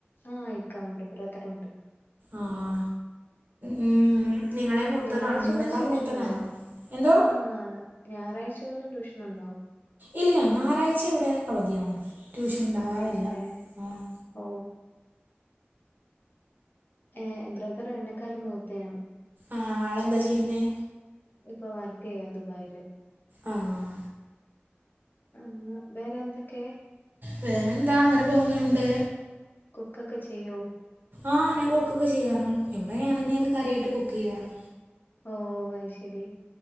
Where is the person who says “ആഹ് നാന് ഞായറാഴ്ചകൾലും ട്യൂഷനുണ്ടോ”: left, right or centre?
Left